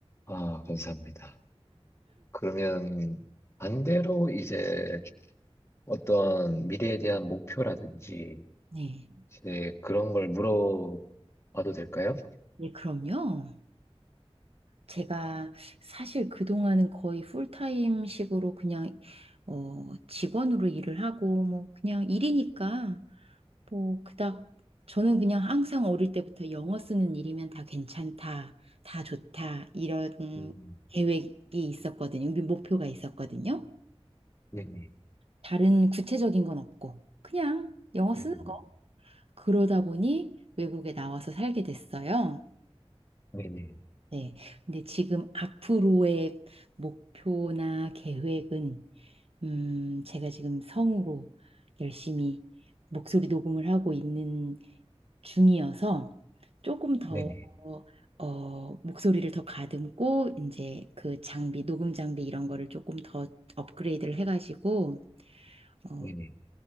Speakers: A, on the left (about 25°); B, on the right (about 65°).
A: 아, 감사합니다. 그러면 반대로 이제 어떤 미래에 대한 목표라든지
B: 네.
A: 이제 그런 걸 물어봐도 될까요?
B: 예, 그럼요. 제가 사실 그동안은 거의 풀타임 식으로 그냥 어, 직원으로 일을 하고 뭐 그냥 일이니까 뭐 그닥 저는 그냥 항상 어릴 때부터 영어 쓰는 일이면 다 괜찮다, 다 좋다 이런
A: 음,
B: 계획이 있었거든요. 목표가 있었거든요.
A: 네네.
B: 다른 구체적인 건 없고 그냥 영어 쓰는
A: 음.
B: 거. 그러다 보니 외국에 나와서 살게 됐어요.
A: 네네.
B: 네. 근데 지금 앞으로의 목표나 계획은, 음, 제가 지금 성으로 열심히 목소리 녹음을 하고 있는 중이어서 조금 더,
A: 네네.
B: 어, 목소리를 더 가듬고, 이제 그 장비, 녹음 장비 이런 거를 조금 더 업그레이드를 해가지고, 어,
A: 네네.